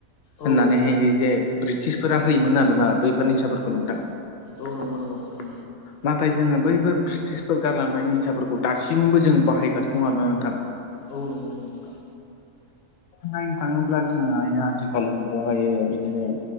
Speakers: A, on the left; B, on the left.
A: औ
B: होननानैहायो जे ब्रिटिसफोरा होयोमोन आरो बा बैफोर निसाफोरखौ नोंथां।
A: औ नोंगौं नोंगौं नोंथां
B: नाथाय जोङो बैबो ब्रिटिशफोर गारलांनायनि निसाफोरखौ दासिमबो जों बाहायगासिनो दं आरोना नोंथां।
A: औ नोंगौ नोंगौ नोंथां
B: नायनो थाङोब्ला जोङोआय आथिखालिनि जुगावहायो बिदिनो।